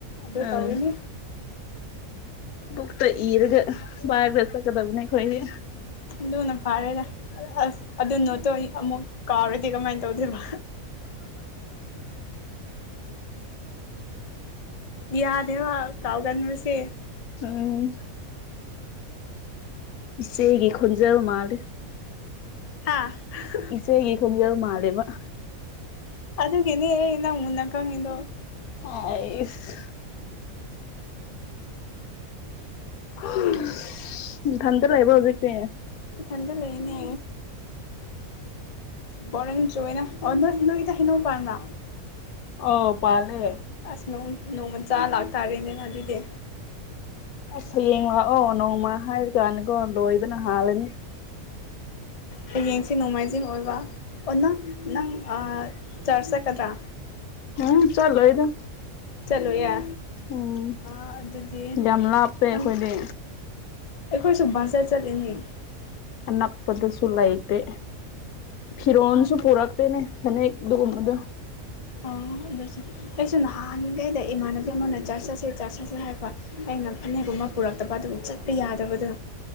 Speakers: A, on the left; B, on the left.
A: ꯑꯗꯨ
B: ꯑꯥ
A: ꯇꯧꯔꯅꯤ
B: ꯄꯨꯛꯇꯥ ꯏꯔꯒ <unintelligible> ꯆꯠꯀꯗꯕꯅꯦ ꯑꯩꯈꯣꯏꯗꯤ
A: ꯎꯝ ꯑꯗꯨꯅ ꯐꯥꯔꯦꯗ ꯑꯁ ꯑꯗꯨꯅꯣꯠꯇꯣ ꯑꯩ ꯑꯃꯨꯛ ꯀꯥꯎꯔꯗꯤ ꯀꯃꯥꯏ ꯇꯧꯗꯣꯏꯕ ꯌꯥꯗꯦꯕ ꯀꯥꯎꯒꯕꯁꯤ
B: <unintelligible> ꯏꯆꯦꯒꯤ ꯈꯨꯟꯖꯦꯜ ꯃꯥꯜꯂꯤ
A: ꯍꯥꯥ <unintelligible>
B: ꯏꯆꯦꯒꯤ ꯈꯣꯟꯖꯦꯜ ꯃꯥꯜꯂꯦꯕ
A: ꯑꯗꯨꯒꯤꯅꯦ ꯑꯩ ꯅꯪ ꯃꯨꯟꯅꯥ ꯈꯪꯏꯗꯣ
B: ꯍꯥꯏꯁ <unintelligible> ꯅꯊꯟꯇ ꯂꯩꯕ꯭ꯔꯣ ꯍꯧꯖꯤꯛꯇꯤ
A: ꯏꯊꯟꯗ ꯂꯩꯅꯦ ꯕꯣꯔꯤꯡꯁꯨꯋꯦꯅ ꯑꯣ ꯅꯣꯏ ꯅꯣꯏꯗ ꯍꯩꯅꯧ ꯄꯥꯟꯕ꯭ꯔꯥ
B: ꯑꯣ ꯄꯥꯜꯂꯦ
A: ꯑꯁ ꯅꯣꯡ ꯅꯣꯡꯃꯥ ꯆꯥ ꯂꯥꯛꯇꯥꯔꯦꯅꯦ ꯑꯗꯨꯗꯤ
B: ꯑꯁ ꯍꯌꯦꯡ ꯂꯥꯛꯑꯣ ꯅꯣꯡꯃ ꯍꯥꯏꯔꯤꯀꯥꯟꯗꯀꯣ ꯂꯣꯏꯕꯅ ꯍꯥꯜꯂꯅꯤ
A: ꯍꯌꯦꯡꯁꯤ ꯅꯣꯡꯃꯥꯏꯖꯤꯡ ꯑꯣꯏꯕ ꯑꯣ ꯅꯪ ꯅꯪ ꯑꯥ ꯆꯔꯁ ꯆꯠꯀꯗ꯭ꯔꯥ
B: ꯎꯝ ꯆꯠꯂꯣꯏꯗ
A: ꯆꯠꯂꯣꯏꯌꯦ
B: ꯎꯝ
A: ꯑꯗꯨꯗꯤ
B: ꯌꯥꯝ ꯂꯥꯞꯄꯦ
A: ꯈꯪ
B: ꯑꯩꯈꯣꯏꯗꯤ
A: ꯑꯩꯈꯣꯏꯁꯨ ꯕꯖꯥꯔ ꯆꯠꯂꯤꯅꯤ
B: ꯑꯅꯛꯄꯗꯁꯨ ꯂꯩꯇꯦ ꯐꯤꯔꯣꯟꯜꯁꯨ ꯄꯨꯔꯛꯇꯦꯅꯦ ꯐꯅꯦꯛ ꯑꯗꯨꯒꯨꯝꯕꯗꯣ
A: ꯑꯣ ꯑꯗꯨꯁꯨ ꯑꯩꯁꯨ ꯅꯍꯥꯟꯒꯩꯗ ꯏꯃꯥꯟꯅꯕꯤ ꯑꯃꯅ ꯆꯔꯁ ꯆꯠꯁꯦ ꯆꯔꯁ ꯆꯠꯁꯦ ꯍꯥꯏꯕ ꯑꯩꯅ ꯐꯅꯦꯛꯒꯨꯝꯕ ꯄꯨꯔꯛꯇꯕ ꯑꯗꯨ ꯆꯠꯄ ꯌꯥꯗꯕꯗꯨ